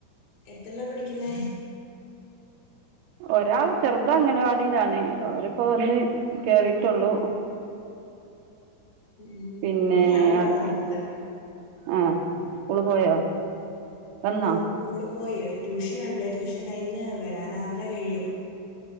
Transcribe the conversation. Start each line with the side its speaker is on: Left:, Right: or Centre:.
Left: എത്രല്ലാ പഠിക്കുന്ന?
Right: ഒരാള് ചെറുതങ്ങനവാടിയിലാണ്. അവരിപ്പോ വന്ന് കേറിട്ടുള്ളൂ
Left: ഉം ഉം
Right: പിന്നെ
Left: ഇവിടെ ഒരാളാ
Right: അടു
Left: ഉള്ളത്
Right: ആഹ സ്കൂള് പോയോ വന്നോ
Left: സ്കൂളില് പോയി ട്യൂഷനുണ്ട് ട്യൂഷൻ കഴിഞ്ഞ് വരാനാറര കഴിയും.